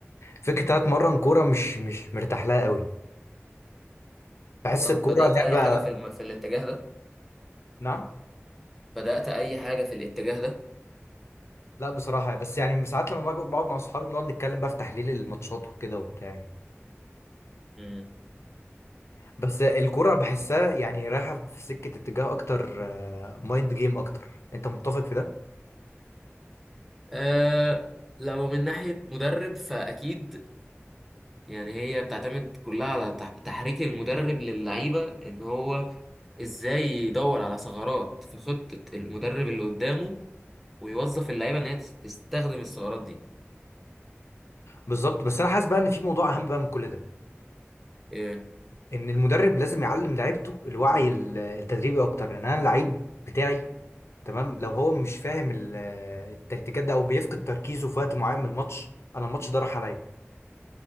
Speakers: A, on the left; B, in the centre.
A: فكره ان أنا اتمرن كوره مش مش مرتاح لها قوي بحس
B: طب
A: الكوره
B: بدأت
A: لعبه
B: اي حاجة في الم... في الاتجاه ده
A: نعم
B: بدأت اي حاجة في الاتجاه ده
A: لا بصراحه بس يعني ساعات لما باجي- بقعد مع صحابي بنقعد نتكلم بقى في تحليل الماتشات وكده وبتاع يعني.
B: امم
A: بس الكرة بحسها يعني رايحة في سكة اتجاه أكتر مايند جيم أكتر أنت متفق في ده؟
B: أه لو من ناحية مدرب فأكيد يعني هي بتعتمد كلها على تح- تحريك المدرب للعيبة إن هو إزاي يدور على ثغرات في خطة المدرب اللي قدامه ويوظف اللعيبة إن هي تس- تستخدم الثغرات دي
A: بالظبط بس أنا حاسس بقى إن في موضوع أهم بقى من كل ده
B: إيه
A: إن المدرب لازم يعلم لعيبته الوعي ال- التدريبي أكتر يعني أنا اللعيب بتاعي تمام لو هو مش فاهم ال- التكتيكات ده أو بيفقد تركيزه في وقت معين من الماتش أنا الماتش ده راح عليا